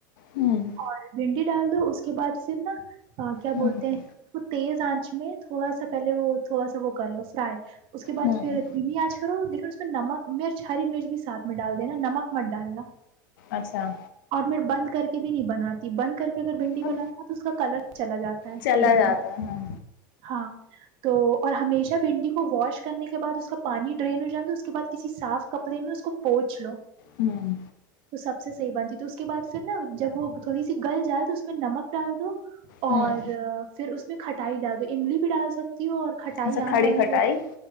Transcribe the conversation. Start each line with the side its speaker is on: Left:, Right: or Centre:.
Left: ہوں
Right: اور بھنڈی ڈال دو اس کے بعد پھر نا ہاں کیا
Left: ہوں
Right: بولتے ہیں اس کو تیز آ تھوڑا سا پہلے وہ تھوڑا سا وہ کر لو فرائی اس کے بعد
Left: ہوں
Right: پھر ممی آج کرو دیکھو نمک مرچ ہری مرچ بھی ساتھ میں ڈال دینا نمک <inaudible>
Left: اچھا
Right: اور میں بند کر کے بھی نہیں بناتی بند کر کے اگر بھنڈی
Left: اب
Right: بنا ہے تو اس کا کلر چلا جاتا ہے
Left: چلا
Right: بھنڈی
Left: جاتا
Right: کا
Left: ہے ہاں
Right: ہاں تو اور ہمیشہ بھنڈی کو واش کرنے کے بعد اس کا پانی ڈرین ہو جانا اس کے بعد کسی صاف کپڑے میں اس کو پوچھ لو
Left: ہوں
Right: تو سب سے صحی بنتی تو اس کے بعد پھر نا جب وہ تھوڑی سی گل جائے تو اس میں نمک ڈال دو اور
Left: ہوں
Right: پھر اس میں کھٹ ٹائی ڈال دو املی بھی ڈال سک اور کھٹائی
Left: اچھا
Right: آم
Left: کھڑی
Right: والی
Left: کھٹائی
Right: جو